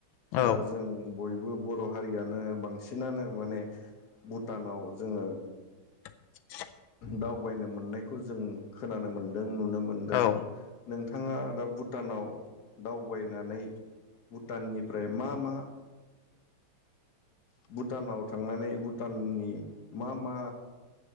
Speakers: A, on the left; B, on the left.
A: औ
B: दा जों बयबो। बर' हारियानो बांसिनानो माने भुटानाव जोङो
A: <inaudible>
B: दावबायनो मोननायखौ जों खोनानो मोनदो दों नुनो मोनदों
A: औ
B: नों थाङा दा भुटानाव दावबायनानै भुटाननिफ्राय मा-मा। भुटानाव थांनानै भुटाननि मा-मा